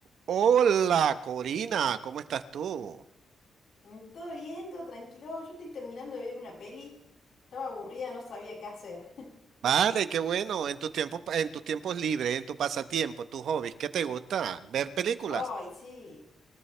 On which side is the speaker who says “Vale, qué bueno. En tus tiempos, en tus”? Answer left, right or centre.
Right